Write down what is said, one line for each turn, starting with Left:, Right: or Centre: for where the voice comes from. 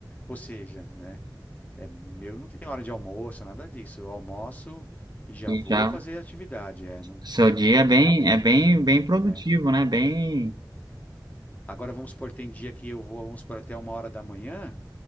Left: Ou seja, né? É, eu não tenho hora de almoço, nada disso. Eu almoço e já
Right: E
Left: vou
Right: já
Left: fazer atividade. É, não
Right: seu dia
Left: tem
Right: é bem,
Left: nada de.
Right: é bem, bem produtivo,
Left: é.
Right: né? Bem.
Left: Agora, vamos supor, tem dia que eu vou, vamos supor, até uma hora da manhã.